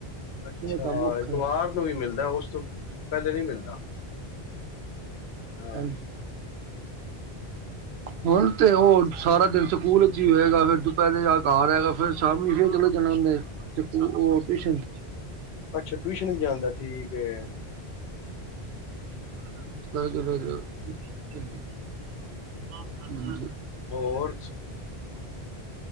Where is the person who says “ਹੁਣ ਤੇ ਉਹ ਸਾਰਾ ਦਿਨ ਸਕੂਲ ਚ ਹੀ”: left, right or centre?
Right